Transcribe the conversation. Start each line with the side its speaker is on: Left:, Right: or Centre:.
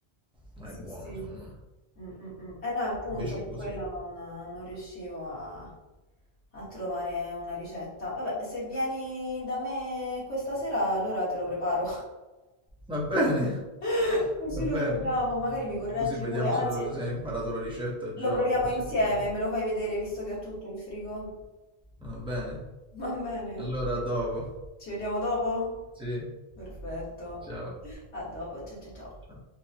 Centre: non
Left: Sì,
Centre: è buono,
Left: sì.
Centre: secondo me.
Left: Mm, mm, mm. Eh no, appunto,
Centre: Invece
Left: per
Centre: è così.
Left: quello non, non riuscivo a, a trovare una ricetta. Vabbè, se vieni da me questa sera, allora te lo preparo.
Centre: Va bene,
Left: <laughs> Così
Centre: va bene.
Left: lo proviamo, magari mi correggi
Centre: Così vediamo
Left: pure. Anzi,
Centre: se, lo- se hai imparato la ricetta già
Left: lo proviamo
Centre: o
Left: insieme,
Centre: se ti devo...
Left: me lo fai vedere visto che ho tutto in frigo.
Centre: Va bene.
Left: Va bene?
Centre: Allora, a Vabbè, dopo.
Left: Ci vediamo dopo?
Centre: Sì,
Left: Perfetto.
Centre: ciao.
Left: A dopo, ciao ciao ciao.
Centre: Ciao.